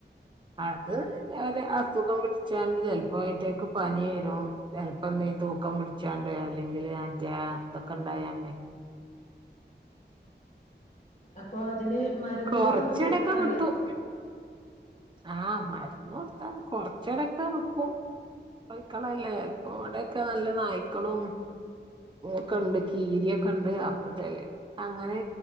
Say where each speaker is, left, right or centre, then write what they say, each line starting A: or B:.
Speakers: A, on the right (about 25°); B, on the left (about 40°).
A: അത് ചാഅല് അസുഖം പിടിച്ചാണ്ട് ചെലപ്പം ആയിറ്റക്ക് പനി വരും ചിലപ്പം ഈ തൂക്കം പിടിച്ചാണ്ട് അല്ലെങ്കില് മറ്റ ആന്തൊക്കെ ഇണ്ടായണ്ടേ
B: അപ്പൊ അതിന് മരുന്നുകളൊന്നും
A: കൊറച്ചടൊക്കെ
B: കൊടുക്കാറില്ല
A: കിട്ടും ആഹ് മരുന്ന് കൊടുത്താനിക്കും കൊറച്ചേരോക്കെ നിക്കും കോഴ്‌ക്കളല്ലേ ചെൽപ്പൊ ഇവിടെക്കെ നല്ല നായ്ക്കളും ഓക്കേണ്ട് കീരിയൊക്കെ ഉണ്ട് അപ്പ ത്തേല് അങ്ങനെ